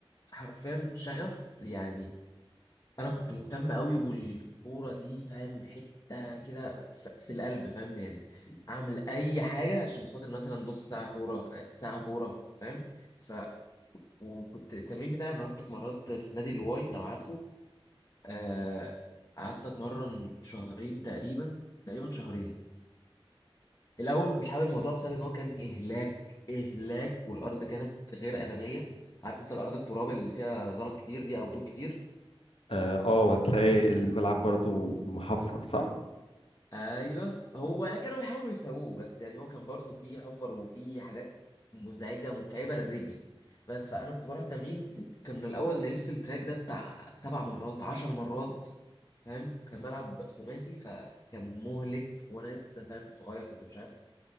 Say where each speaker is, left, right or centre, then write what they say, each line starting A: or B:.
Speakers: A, on the left; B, on the left.
A: حرفيا شغف يعني انا كنت مهتم قوي والكوره دي فاهم حته كده ف- في القلب فاهم يعني اعمل اي حاجه عشان خاطر مثلا نص ساعه كوره ساعه كوره فاهم ف وكنت التمرين بتاعي انا رحت اتمرنت في نادي الواي لو عارفه آه، قعدت اتمرن شهرين تقريبا تقريبا شهرين الاول ما كنتش حابب الموضوع بسبب ان هو كان اهلاك اهلاك والارض كانت غير ادميه عارف انت الارض التراب اللي فيها زلط كتير دي او طوب كتير
B: اه آه، وهتلاقي الملعب برضو محفر صح؟
A: ايوه هو كانوا بيحاولوا يسووه بس يعني هو كان برضو فيه حفر وفيه حاجات مزعجه متعبه للرجل بس فانا كنت بروح التمرين كان الاول نلف التراك ده بتاع سبع مرات عشر مرات فاهم كان ملعب خماسي فكان مهلك وانا لسه فاهم صغير كنت مش عارف